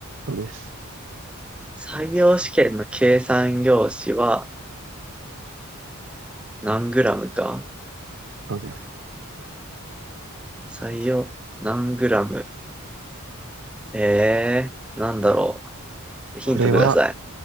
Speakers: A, on the right; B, in the centre.
A: そうです。
B: 採用試験の計算用紙は何グラムか
A: そうです。
B: 採用、何グラム。えー、なんだろう。ヒントください。
A: これは、